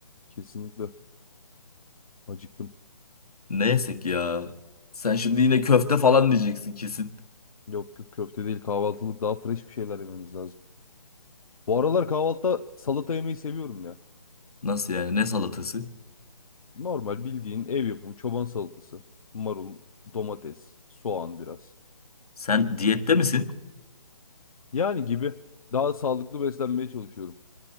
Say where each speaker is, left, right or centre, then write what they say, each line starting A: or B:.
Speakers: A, on the left (about 70°); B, on the left (about 90°).
A: Kesinlikle. Acıktım.
B: Ne yesek ya? Sen şimdi yine köfte falan diyeceksin kesin.
A: Yok yok köfte değil kahvaltılık daha fresh bir şeyler yememiz lazım. Bu aralar kahvaltıda salata yemeyi seviyorum ya.
B: Nasıl yani? Ne salatası?
A: Normal bildiğin ev yapımı çoban salatası. Marul, domates, soğan biraz.
B: Sen diyette misin?
A: Yani gibi. Daha sağlıklı beslenmeye çalışıyorum.